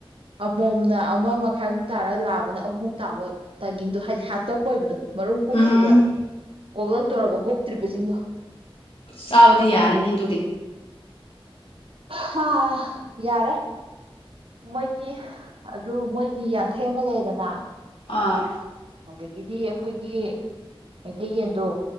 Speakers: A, on the right (about 65°); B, on the left (about 70°).
A: ꯑꯃꯣꯝ꯫ ꯑꯃꯣꯝꯅ ꯑꯃ ꯃꯈꯥꯏꯃꯨꯛ ꯇꯥꯔꯒ ꯂꯥꯕꯅ ꯑꯍꯨꯝꯃꯨꯛ ꯇꯥꯕ ꯇꯥꯏꯃꯤꯡꯗꯣ ꯍꯥꯏꯗꯤ ꯍꯥꯇꯝ ꯑꯣꯏꯕꯗꯣ꯫ ꯃꯔꯨꯝ ꯀꯣꯛꯇ꯭ꯔꯤꯕ
B: ꯎꯝ
A: ꯀꯣꯛꯂꯛ ꯇꯣꯔꯕ ꯀꯣꯛꯇ꯭ꯔꯤꯕꯁꯤꯡꯗꯣ꯫
B: ꯆꯥꯕꯗꯤ ꯌꯥꯔꯅꯤ ꯑꯗꯨꯗꯤ꯫
A: ꯍꯥ ꯌꯥꯔꯦ ꯃꯣꯏꯒꯤ ꯑꯗꯨ ꯃꯣꯏ ꯃꯤ ꯌꯥꯡꯈꯩ ꯑꯃ ꯂꯩꯗꯅ
B: ꯑꯥ
A: ꯑꯗꯒꯤꯗꯤ ꯑꯩꯈꯣꯏꯒꯤ ꯃꯩꯇꯩꯌꯦꯟꯗꯣ